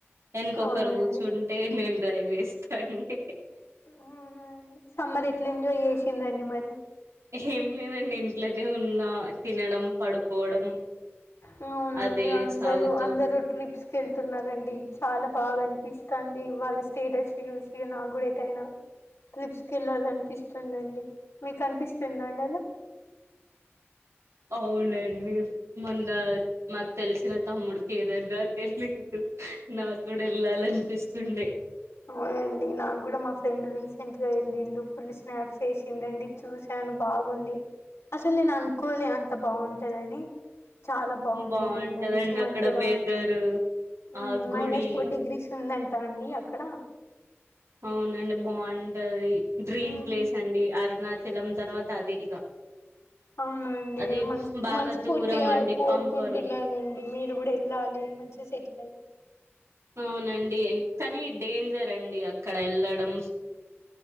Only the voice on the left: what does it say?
అవునండి
ఆ అవునా అండి, సమ్మర్ ఎట్లా ఎంజాయ్ చేసిందండి మరి?
ఉమ్ అవునండి
అందరు
అందరు
ట్రిప్స్కి వెళ్తున్నారండి, చాలా బాగా అనిపిస్తంది వాళ్లు థేటర్స్ నీ చూసి నా గుడ ఏటైనా ట్రిప్స్ కెళ్ళాలనిపిస్తుందండి, మీకు అనిపిస్తుందా అండి అలా?
ఆ అండి నాకు గుడ మా ఫ్రెండ్ రీసెంట్ గా వెళ్ళిండు, ఫుల్ స్నాప్స్ ఏసిండండి, చూసాను బాగుంది. అసలు నేను అనుకోలే అంత బాగుంటదని. చాలా బాగుందండి
మంచు మధ్యల
ఉమ్
మైనస్ ఫోర్ డిగ్రీస్ ఉందంటా అండి అక్కడ.
ఉమ్,
అవునా అండి
మన్
మనస్ఫూర్తిగా
కోరుకుంటున్నానండి,
మీరు గుడ వెళ్ళాలి మంచి స్ సిటిలై